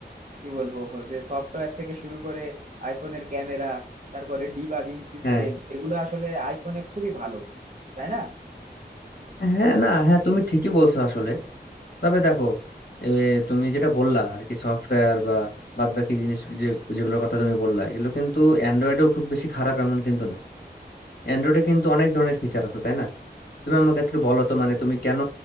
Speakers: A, on the right; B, on the left.
A: কি বলবো যে সফটওয়্যার থেকে শুরু করে আইফোনের ক্যামেরা তারপরে ডিবাগিং সিস্টেম
B: হ্যাঁ
A: এগুলো আসলে আইফোনে খুবই ভালো তাই না
B: হ্যাঁ না হ্যাঁ তুমি ঠিকই বলছো আসলে তবে দেখো এ, তুমি যেটা বললা আর কি সফটওয়্যার বা বাদ বাকি জিনিস যে যেগুলোর কথা তুমি বললা এগুলো কিন্তু অ্যান্ড্রয়েডেও খুব বেশি খারাপ এমন কিন্তু না অ্যান্ড্রয়েডে কিন্তু অনেক ধরনের ফিচার আছে তাই না তুমি আমাকে একটু বলো তো মানে তুমি কেন